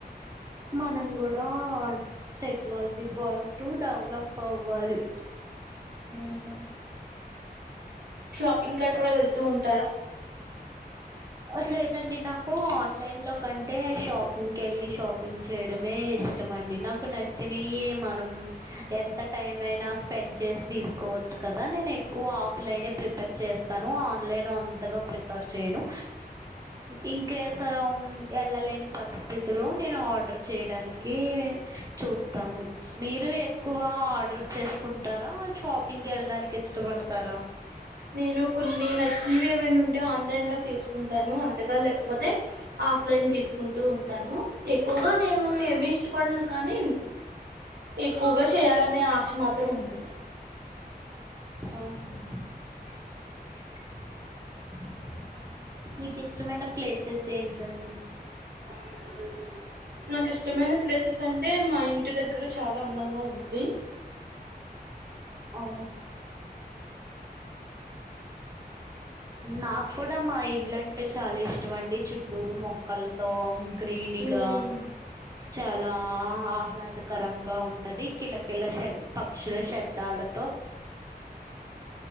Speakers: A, on the right; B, on the right.
A: మనం కూడా టెక్నాలజీ పాటు డెవలప్ అవ్వాలి
B: ఉ షాపింగ్ కట్టరా వెళ్తు ఉన్
A: అట్లాదండి నాకు ఆన్లైన్ లో కంటే షాపింగ్కి వెళ్ళి షాపింగ్ చేయడమే ఇష్టం అండి నాకు నచ్చినవి మనం ఎంత టైం అయినా స్పెండ్ చేసి తీసుకోవచ్చు కదా నేను ఎక్కువ ఆప్లైనే ప్రిపేర్ చేస్తాను ఆన్లైన్ ప్రిపేర్ చేయను ఇంకేస్ వెళ్ళలేని పరిస్థితిలో నేను ఆర్డర్ చేయడానికి చూస్తాను మీరు ఎక్కువ ఆర్డర్ చే కుంటారా షాపింగ్కి వెళ్ళడానికి ఇష్టపడతారా
B: నేను కొన్ని నచ్చినవి ఏమైనా ఉంటే ఆన్లైన్ లో తీసుకుంటాను అంతగా లేకపోతే ఆఫ్లైన్ తీసుకుంటూ ఉంటాను ఎక్కువగా నేను ఏమిీ ఇష్టపడను కానీ ఎక్కువగా చేయాలనే ఆశ మాత్రం ఉంటది
A: అఓహ <unintelligible> నీకు ఇష్టమైన ప్లేసెస్ ఏంటండి
B: ద నాకు ఇష్టమైన ప్లేసెస్ అంటే మా ఇంటి దగ్గర చాలా అందంగా ఉంటుది
A: ఓ నాకు కూడా మా ఇల్లు అంటే చాలా ఇష్టం అండి చుట్టూరు మొక్కలతో క్రీనిగా
B: ఉమ్
A: చాలా ఆహ్లాద కరంగా ఉంటది కిల కిల్ల పక్షుల శబ్దాలతో